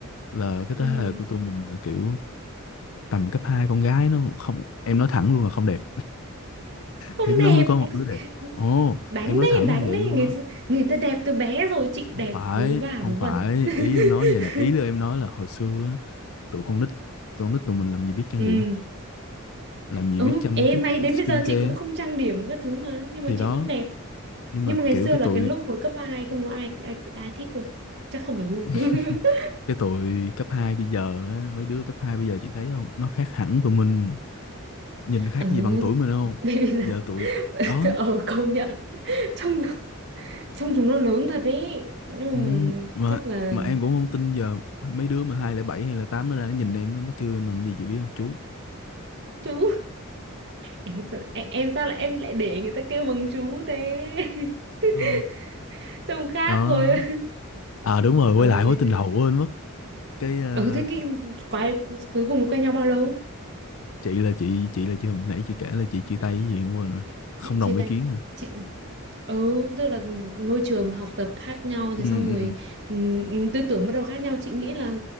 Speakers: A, on the left; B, on the right.
A: là cái thế
B: ừ.
A: hệ của tụi mình là kiểu tầm cấp 2 con gái nó không em nói thẳng luôn là không đẹp
B: không
A: hiếm
B: đẹp
A: lắm mới có một đứa đẹp
B: <laughs>
A: ồ
B: đánh
A: em nói
B: đấy
A: thẳng
B: đánh
A: là vậy
B: đấy
A: luôn
B: người,
A: đó
B: người ta đẹp từ bé rồi chị
A: không
B: đẹp
A: phải
B: vớ va
A: không
B: vớ vẩn
A: phải
B: <laughs>
A: ý em nói vậy nè ý là em nói là hồi xưa á, tụi con nít tụi con nít tụi mình làm gì biết trang
B: ừ
A: điểm làm gì
B: ừ
A: biết chăm
B: ê
A: chút
B: may đến
A: skincare
B: bây giờ chị cũng
A: á.
B: không trang điểm các thứ mà nhưng mà
A: thì
B: chị
A: đó
B: vẫn đẹp
A: nhưng
B: nhưng
A: mà
B: mà ngày
A: kiểu
B: xưa
A: cái
B: là
A: tụi
B: cái lúc hồi cấp 2 không có ai ai ai thích tôi chắc không phải gu <laughs>
A: <laughs> cái tụi cấp 2 bây giờ á, mấy đứa cấp 2 bây giờ chị thấy không nó khác hẳn tụi mình nhìn khác
B: ừ
A: gì bằng tuổi mình không
B: bây bây
A: giờ
B: giờ
A: tụi
B: <laughs>
A: đó
B: ở công nhận <laughs> trông trông chúng nó lớn thật đấy nhưng
A: ừ,
B: mà
A: mà
B: chắc là
A: mà em cũng không tin giờ mấy đứa mà hai lẻ bảy hay là tám nó ra nó nhìn em nó, nó kêu em bằng gì chị biết không chú
B: chú Ê, sao, em, em sao lại em lại để người ta kêu bằng chú thế <laughs>
A: Ờ,
B: trông khác
A: đó
B: rồi
A: à đúng rồi quay
B: ôi
A: lại mối tình
B: thế-
A: đầu quên mất cái ờ,
B: ừ thế cái quái cuối cùng quen nhau bao lâu
A: chị là chị chị là chị hồi nãy chị kể là chị chia tay cái gì em quên rồi
B: chị,
A: không
B: chị
A: đồng
B: chia tay
A: ý kiến hả
B: chị ừ tức là môi trường học tập khác nhau thế
A: ừ ừ
B: xong rồi ừm, tư tưởng bắt đầu khác nhau chị nghĩ là